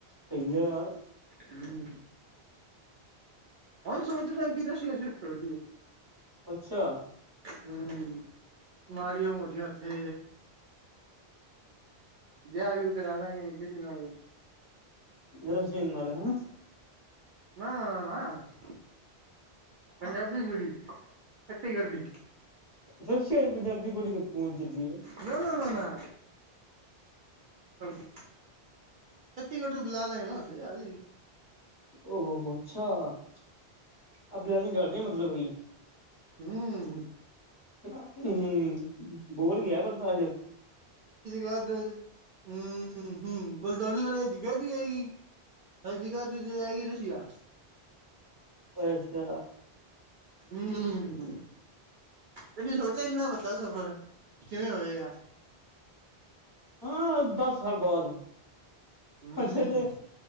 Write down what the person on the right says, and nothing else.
ਹਮ ਹੁਣ ਸੋਚਦੇ ਕਿ ਰਸੀਆ ਸ਼ਿਫਟ ਹੋ ਜੀ ਏ
ਹਮ ਮਾੜੀਆਂ ਮੋਟੀਆਂ ਉੱਥੇ ਵਿਆਹ ਵਿਹੁ ਕਰਾ ਲਾਗੇ ਕਿਸੇ ਨਾਲ
ਨਾ ਨਾ ਪੰਜਾਬੀ ਕੁੜੀ ਛੱਤੀਗੜ੍ਹ ਦੀ <inaudible>
ਨਾ ਨਾ ਨਾ ਨਾ <inaudible> ਛਤੀਗੜ੍ਹ ਨੂੰ ਬੁਲਾਾਲਾ ਹੈ ਨਾਓੱਦੇ ਆ <inaudible>
ਹਮ
<inaudible> ਹਮ ਹਮ ਕੁਲ ਦੋਨੀ ਵੇਲੇਜ ਕਹਿਦੀ ਆਏਗੀ <inaudible> ਅਦੀ ਗ ਤੁ ਜਾਏਗੀ ਰਸੀ ਆ <inaudible>
ਹਮ ਤੈਨ ਸੋਚਿਆ ਇਨਾ ਵਧੀਆ <inaudible> ਸਫ਼ਰ ਕਿਵੇਂ ਹੋਏ ਆ?
ਹੂੰ